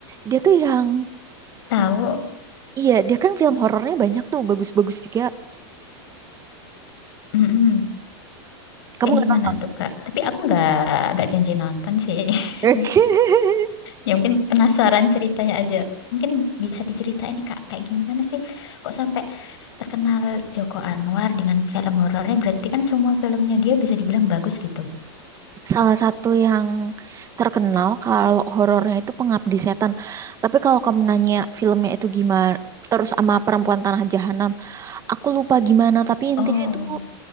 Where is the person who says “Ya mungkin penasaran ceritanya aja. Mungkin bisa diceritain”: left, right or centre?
Left